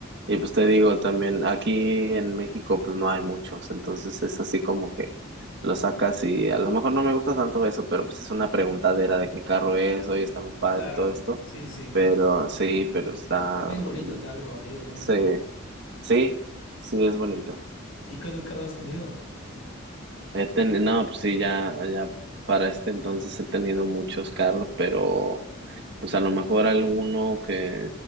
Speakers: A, on the right; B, on the left.
A: Y pues te digo, también aquí en México pues no hay muchos, entonces es así como que lo sacas y a lo mejor no me gusta tanto eso, pero pues es una preguntadera de qué carro es, oye, está muy padre
B: Claro,
A: y todo esto,
B: sí, sí, sí.
A: pero sí, pero está,
B: También es bonito
A: mm,
B: tener algo medio único,
A: sí,
B: ¿no?
A: sí, sí, es bonito.
B: ¿Y cuántos carros has tenido?
A: He teni- no, pues sí, ya, ya para este entonces he tenido muchos carros, pero pues a lo mejor alguno que,